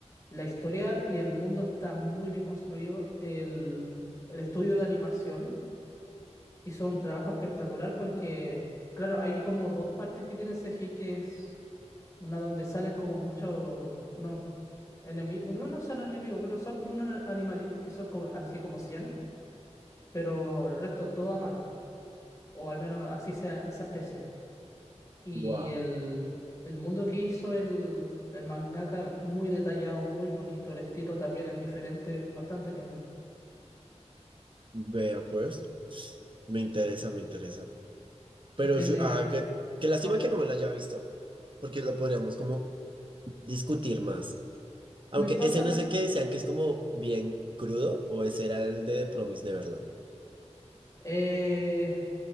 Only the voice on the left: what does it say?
La historia y el mundo está muy bien construido. El, el estudio de animación. hizo un trabajo espectacular porque, claro, hay como dos partes que tienen CGI, que es una donde salen como muchos, unos enemigos, no, no son enemigos, pero son como unos animalitos que son como- así como 100, pero el resto todo a mano, o al menos así se, se aprecia. Y
el, el mundo que hizo el, el mangaka, muy detallado, muy bonito, el estilo también es diferente, bastante lindo.
Tiene...
ah,
No importa,
Eh,